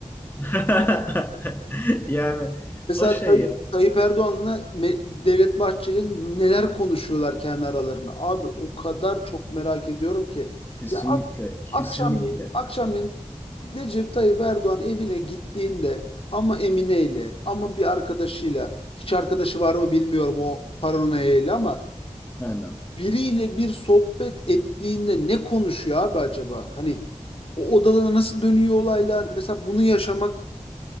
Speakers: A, on the left; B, on the left.
A: <laughs> Yani
B: Mesela
A: o şey
B: Tay Tayyip Erdoğan'la Me- Devlet Bahçeli neler konuşuyorlar kendi aralarında. Abi o kadar çok merak ediyorum ki.
A: Kesinlikle,
B: Ya ak
A: kesinlikle.
B: akşamleyin, akşamleyin Recep Tayyip Erdoğan evine gittiğinde ama Emine'yle ama bir arkadaşıyla hiç arkadaşı var mı bilmiyorum o paranoyayla ama
A: Aynen.
B: biriyle bir sohbet ettiğinde ne konuşuyor abi acaba? Hani o odada nasıl dönüyor olaylar? Mesela bunu yaşamak